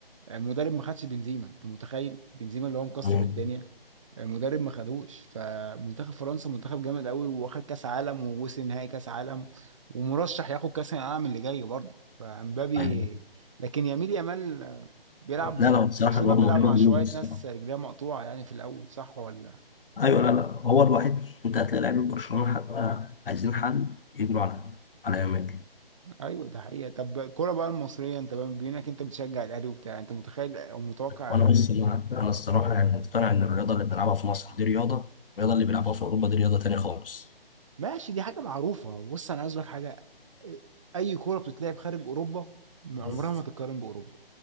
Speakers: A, on the right; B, on the left.
A: مدرب ما خدش بنزيما انت متخيل بنزيما اللي هو مكسر
B: مم.
A: الدنيا مدرب ما خدوش فمنتخب فرنسا منتخب جامد قوي واخد كاس عالم ووصل نهائي كاس عالم ومرشح ياخد كاس العالم اللي جاي برضه فامبابي
B: أيوه
A: لكن يميل يامال بيلعب
B: لا لا بصراحة
A: برشلونة
B: الواد
A: بيلعب
B: موهبة
A: مع
B: مليون
A: شوية
B: بصراحة
A: ناس رجليها مقطوعة يعني في الأول صح ولا؟
B: أيوه لا لا هو الوحيد أنت هتلاقي لعيبة برشلونة حتى عايزين حل يجروا على على إمبابي
A: أيوه ده حقيقة طب الكورة بقى المصرية أنت بما إنك أنت بتشجع الأهلي وبتاع أنت متخيل أو متوقع
B: وأنا بص أنا أنا الصراحة يعني مقتنع إن الرياضة اللي بنلعبها في مصر دي رياضة الرياضة اللي بيلعبوها في أوروبا دي رياضة تانية خالص
A: ماشي دي حاجة معروفة بص أنا عايز لك حاجة أي كورة بتتلعب خارج أوروبا عمرها
B: يعني
A: ما تتقارن بأوروبا